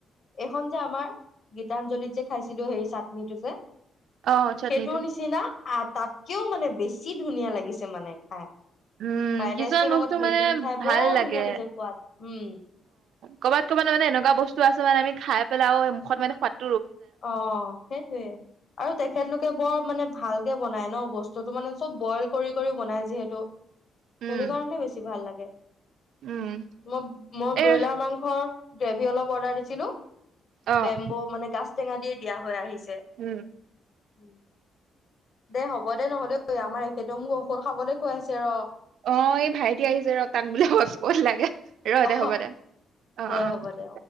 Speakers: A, on the left (about 40°); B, on the right (about 65°).
A: এইখন যে আমাৰ গীতাঞ্জলীত যে খাইছিলো সেই চাটনিটো যে
B: অ', চাটনিটো
A: সেইটো নিচিনা আঁহ তাতকেও মানে বেছি ধুনীয়া লাগিছে মানে খাই
B: উম,
A: ফ্ৰাইড
B: কিছুমান
A: ৰাইচটোৰ
B: বস্তু
A: লগত সেইখিনি
B: মানে
A: খাই
B: ভাল
A: বৰ
B: লাগে
A: ধুনীয়া লাগিছে সোৱাদ উম
B: ক'বাত'ব মান এনেুৱা বস্তু মানৈ আমি খাই পেলাই মুখত মানে সৌৱাদ
A: অঁ সেইটোৱে আৰু তেখেতলোকে বৰ মানে ভাল বনাই ন বস্তুতটো মানে চব বইল কৰি কৰি বনাই যিহেতু সেইটো
B: উম,
A: কাৰণে বেছি ভাল লাগে
B: উম,
A: মই মই
B: এ
A: ব্ৰইলাৰ মাংসৰ গ্ৰেভি অলপ অৰ্ডাৰ দিছিলো ।
B: অ',
A: বেম্বো মানে গাছ টেঙা দ দিয়া হৈ আহিছিল
B: উম
A: উম দে হ'ব দে নহলেঐ আমাৰ একখেতে মোক ঔষধ খাবলৈ খুৱাইছে ৰ
B: অ এই ভাইটি আহিছে ৰ তাক বোলে হতচ পত লাগে ৰ
A: অ
B: দে হ'ব দে অ',
A: দে
B: অ'।
A: হ'ব দে